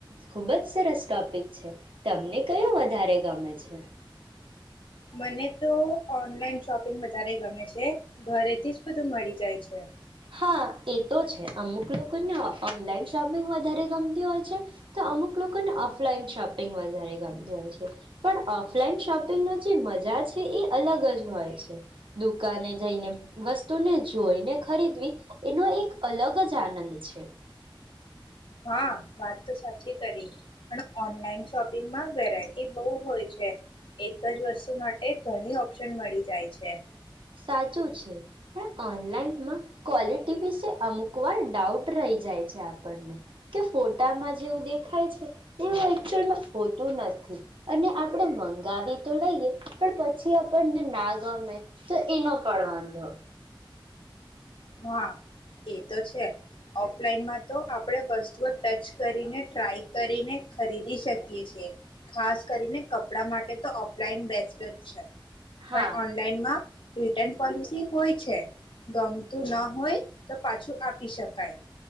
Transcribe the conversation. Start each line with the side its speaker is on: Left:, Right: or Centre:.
Right: ખુબ જ સરસ ટોપિક છે તમને કયું વધારે ગમે છે.
Left: મને તો ઓનલાઈન શોપિંગ વધારે ગમે છે ઘરેથી જ બધું મળી જાય છે.
Right: હા એ તો છે અમુક લોકોને ઓનલાઈન શોપિંગ વધારે ગમતી હોય છે. તો અમુક લોકોને ઓ ફલાઈન શોપિંગ વધારે ગમતી હોય છે પણ ઓફલાઈન શોપિંગનો જે મજા છે એ અલગ જ હોય છે દુકાને જઈને વસ્તુને જોઈને ખરીદવી એનો એક અલગ જ આનંદ છે.
Left: હા વાત તો સાચી કરી પણ ઓનલાઈન શોપિંગમાં વેરાયટી બહુ હોય છે એક જ વસ્તુ માટે ઘણી ઓપ્શન મળી જાય છે.
Right: સાચું છે પણ ઓનલાઈનમાં ક્વોલિટી વિશે અમુક વાર ડાઉટ રહી જાય છે આપણને કે ફોટામાં જેવું દેખાય છે એવું એકચઅલમાં હોતું નથી અને આપણે મંગાવી તો લઈએ પણ પછી આપણને ના ગમે. તો એનો પણ વાંધો.
Left: હા એ તો છે ઓફલાઈનમાં તો આપણે વસ્તુઓ ટચ કરીને ટ્રાય કરીને ખરીદી શકીએ છીએ ખાસ કરીને કપડા માટે તો ઓફલાઈન બેસ્ટ જ છે.
Right: હા
Left: પણ ઓનલાઈન માં રિટર્ન પોલિસી હોય છે ગ ત ના હોય તો પાછું આપી શકાય.